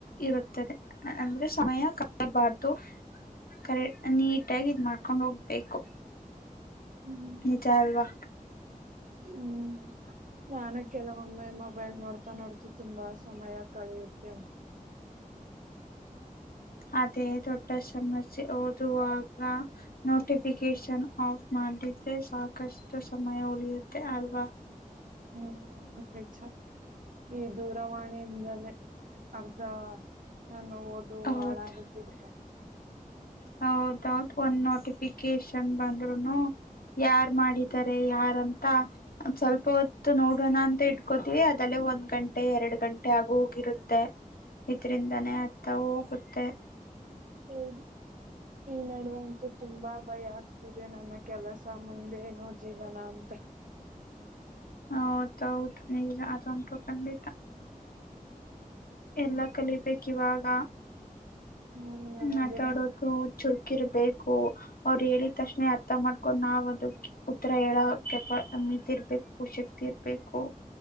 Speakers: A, on the left; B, on the right.
A: ಇರುತ್ತದೆ ಅಂದ್ರೆ ಸಮಯ ಕಾಯಬಾರ್ದು ಕರೆ ನೀಟಾಗಿ ಇದ್ ಮಾಡ್ಕೊಂಡ್ ಹೋಗ್ಬೇಕು
B: ಹ್ಮ್
A: ನಿಜ ಅಲ್ವಾ
B: ಹ್ಮ್ ನಾನ ಕೆಲವೊಮ್ಮೆ ಮೊಬೈಲ್ ನೋಡ್ತಾ ನೋಡ್ತು ತುಂಬಾ ಸಮಯ ಕಳೆಯುತ್ತೆನ
A: ಅದೇ ದೊಡ್ಡ ಸಮಸ್ಯೆ ಓದುವಾಗ ಹ ನೋಟಿಫಿಕೇಶನ್ ಆಫ್ ಮಾಡಿದ್ರೆ ಸಾಕಷ್ಟು ಸಮಯ ಉಳಿಯುತ್ತೆ ಅಲ್ವಾ
B: ಹ್ಮ್ ನಿಜ ಈ ದೂರವಾಣಿಯಿಂದಲೇ ಅರ್ಧ ನಾನು ಓದು
A: ಹೌದ್
B: ಹಾಳಾಗತಿದ
A: ಹೌದೌದು ಒಂದ್ ನೋಟಿಫಿಕೇಶನ್ ಬಂದ್ರುನು ಯಾರ್ ಮಾಡಿದ್ದಾರೆ ಯಾರ ತ ಸ್ವಲ್ಪ ಹೊತ್ತು ನೋಡೋಣ ಅಂತ ಇಟ್ಕೋತೀವಿ ಅದಲ್ಲೇ ಒಂದ್ ಗಂಟೆ ಎರಡು ಗಂಟೆ ಹಾಗಗು ಇಗಿರುತ್ತೆ ಇದ್ರಿಂದಾನೇ ಅರ್ಥ ಹೋಗುತ್ತೆ
B: ಹಡಿ ಈ ನಡುವೆ ಅಂತೂ ತುಂಬಾ ಭಯ ಆಗ್ತಿದೆ ನನ್ನ ಕೆಲಸ ಮುಂದೆೇನು ಜೀವನ ಅಂತ
A: ಹೌದೌದು ನೀಗ ಅದೊತು ಖಂಡಿತ ಎಲ್ಲ ಕಲಿಬೇಕ ಇವಾಗ
B: ಹ್ಮ್ ನನಗೆ
A: ಮಾತಾಡೋದು ಚುರುಕಿರ್ಬೇಕು ಅವ್ರು ಹೇಳಿದ ತಕ್ಷಣೆ ಅರ್ಥ ಮಾಡ್ಕೊಂಡ್ ನಾವ್ ಅದಕ್ ಉತ್ತರ ಹೇಳ ಕೆಪ ಮಂತಿರ್ಬೇಕು ಶಕ್ತಿ ಇರ್ಬೇಕು